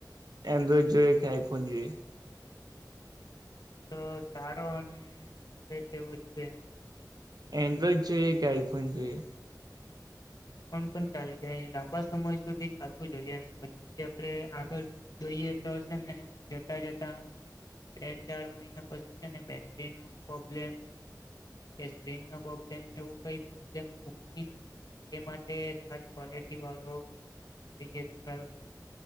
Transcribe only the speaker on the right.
એન્ડ્રોઈડ જોઈએ કે આઈફોન જોઈએ
એન્ડ્રોઈડ જોઈએ કે આઈફોન જોઈએ